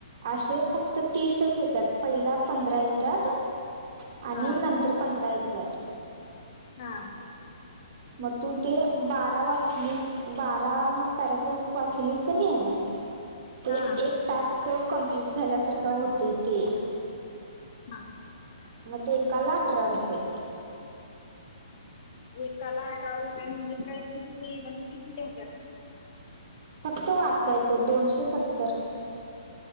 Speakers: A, on the right (about 45°); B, on the left (about 45°).
A: असे फक्त तीसच येतात पहिला पंधरा येतात. आणि
B: हा
A: नंतर पंधरा येतात.
B: हा
A: मग तू ते बारा वाचलीस. बारा पॅरग्राफ वाचलीस क नाही आहे. ते
B: हा
A: एक टास्क कंप्लीट झाल्यासारखं होत ते.
B: हा
A: मग ते एकाला अठरा रुपये.
B: एकाला अठरा रुपयाे म्हणजे काय किती बस किती होत्यात.
A: फक्त वाचायचंय दोनशे सत्तर.